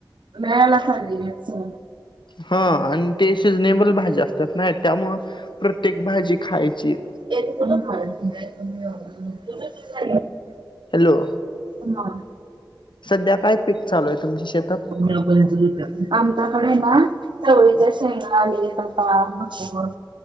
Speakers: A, on the right; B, on the left.
A: वेळावर पायला जे
B: हअं आणि ते सिजनेबल भाजी असतात. ना त्यामुळ प्रत्येक भाजी खायची.
A: <unintelligible>
B: हॅलोअ
A: हंअ
B: सध्या काय? पीक चालू आहे, तुमच्या शेतात.
A: मी टाकलेत तुर तयात आमच्याकडे नां चवळीयच्या शेंगा आले आत मस्त कर